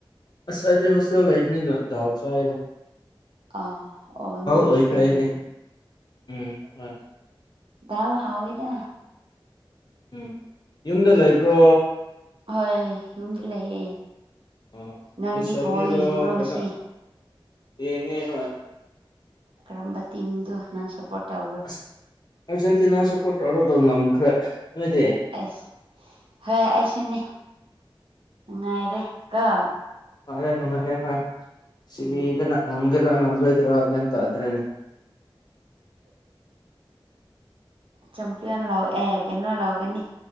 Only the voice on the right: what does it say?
ꯈꯪꯗꯦ
ꯑ ꯑꯣ ꯅꯅꯥ
ꯍꯁꯦꯜꯗꯦꯔ
ꯗꯜ ꯍꯥꯎꯏꯗ
ꯍꯣꯏ ꯌꯨꯝꯗ ꯂꯩꯌꯦ
ꯅꯪꯗꯤ
ꯄꯣꯜ ꯌꯦꯡꯕ꯭ꯔꯣ
ꯉꯁꯤ
ꯀꯔꯝꯕ ꯇꯤꯝꯗꯨ ꯅꯪ ꯁꯞꯄꯣꯔꯠ ꯇꯧꯔꯣ
ꯑꯩꯁ ꯍꯣꯏ ꯑꯩꯁꯤꯅꯦ ꯅꯨꯡꯉꯥꯏꯔꯦ ꯀ
ꯎꯝ
ꯆꯝꯄꯤꯌꯟ ꯂꯥꯛꯑꯣ ꯑꯦ ꯀꯩꯅꯣ ꯂꯥꯛꯑꯣꯒꯅꯤ